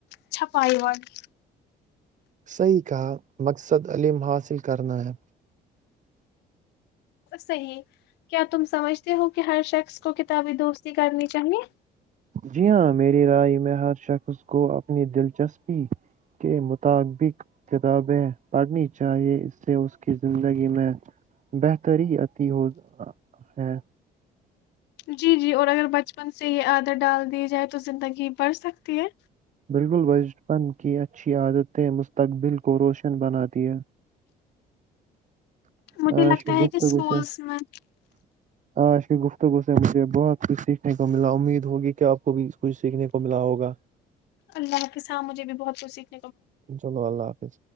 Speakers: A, on the left; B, on the right.
A: چھپائی والی
B: صحیح کہا مقصد علم حاصل کرنا ہے
A: صحیح کیا تم سمجھتے ہو کہ ہر شخص کو کتابی دوستی کرنی چاہیے
B: جی ہاں میری رائے میں ہر شخص کو اپنی دلچسپی کے مطابق کتابیں پڑھنی چاہیے اس سے اس کی زندگی میں بہتری عتی ہو ہے
A: جی جی اور اگر بچپن سے ہید ڈال دییا جائے تو زندگی بڑھ سکتی ہے
B: بالکل بچپن کی اچھی عادتیں مستقبل کو روشن بن دیا
A: مجھے
B: ہاں
A: لگتا
B: شی
A: ہے
B: گفت
A: کہ اسکولس
B: کوسے
A: میں
B: ہاں شی گفت سے مجھے بہت کچھ سیکھنے کو ملا امید ہوگی کہ آپ کو بھی کچھ سیکھنے کو ملا ہوگا
A: اللہ کے سام مجھے بھی بہت کچھ سیکھ
B: چلو اللہ حافظ